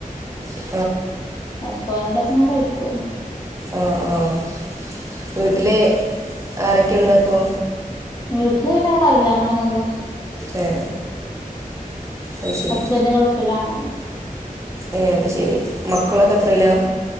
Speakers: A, on the right; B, on the left.
A: ഉ
B: എപ്പോയെങ്കിലും മൊക്കെ കഴിക്കും
A: ആഹ ആഹ വീട്ടിൽ ആരൊക്കെയ ഉള്ള ഇപ്പൊ
B: വീട്ടില് വേറെ ആരുമില്ല ഞങ്ങൾ തന്നെ ഉള്ളൂ
A: ആഏ അത് ശരി
B: ഹസ്ബന്റ് ഗൾഫിലാണ്
A: ഏ അത് ശരി മക്കളൊക്കെ അത്രല്ല